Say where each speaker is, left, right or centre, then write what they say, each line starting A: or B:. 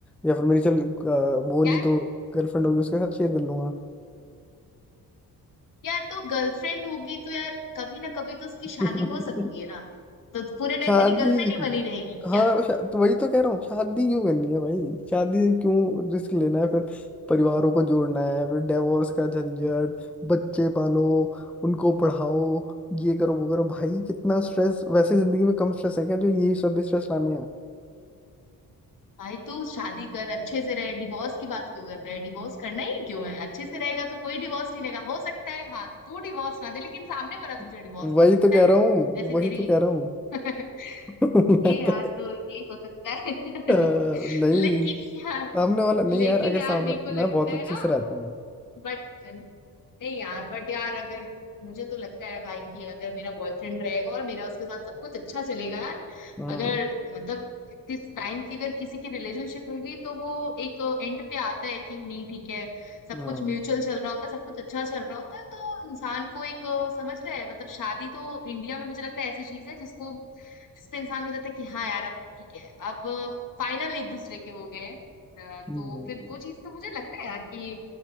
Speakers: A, in the centre; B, on the left.
A: या फिर मेरी चल अ, वो नहीं
B: यार
A: तो गर्लफ्रेंड होगी उसके साथ शेयर कर लूंगा
B: यार तो गर्लफ्रेंड होगी तो यार कभी ना कभी तो उसकी शादी
A: <laughs>
B: हो सकती है ना तो पूरे टाइम
A: शादी
B: तेरी गर्लफ्रेंड ही बनी रहेगी
A: हाँ
B: क्या
A: शा, तो वही तो कह रहा हूँ शादी क्यों करनी है भाई शादी से क्यों रिस्क लेना है फिर परिवारों को जोड़ना है फिर डिवोर्स का झंझट बच्चे पालो उनको पढ़ाओ ये करो वो करो भाई कितना स्ट्रेस वैसे जिंदगी में कम स्ट्रेस है क्या जो ये सब स्ट्रेस लाने हैं
B: भाई तू शादी कर अच्छे से रहे डिवोर्स की बात क्यों कर रहा है डिवोर्स करना ही क्यों है अच्छे से रहेगा तो कोई डिवोर्स नहीं लेगा हो सकता है हाँ तू डिवोर्स ना दे लेकिन सामने वाला तुझे
A: <laughs>
B: डिवोर्स
A: वही
B: दे सकता
A: तो कह
B: है
A: रहा हूँ
B: जैसे
A: वही
B: तेरी
A: तो कह रहा हूँ
B: <laughs>
A: <laughs> मैं
B: ये यार
A: तो-
B: तो ये हो सकता है <laughs>
A: अ, नहीं
B: लेकिन यार
A: सामने वाला नहीं
B: लेकिन
A: यार अगर
B: यार
A: सामने
B: मेरे को लगता
A: मैं बहुत अच्छे
B: है ना
A: से रहता हूँ
B: बट नहीं यार बट यार अगर मुझे तो लगता है भाई कि अगर मेरा बॉयफ्रेंड रहेगा और मेरा उसके साथ सब कुछ अच्छा चलेगा यार
A: हाँ
B: अगर मतलब इस टाइम की अगर किसी की रिलेशनशिप होगी तो वो एक एंड पे आता है कि नहीं ठीक है सब
A: हाँ
B: कुछ म्यूचुअल चल रहा होता है सब कुछ अच्छा चल रहा होता है तो इंसान को एक अ, समझ रहा है मतलब शादी तो इंडिया में मुझे लगता है ऐसी चीज है जिसको जिसपे इंसान हो जाता है कि हाँ यार अब ठीक है अब फाइनल एक दूसरे के हो गए हैं अ, तो
A: नहीं
B: फिर वो चीज तो मुझे लगता है यार कि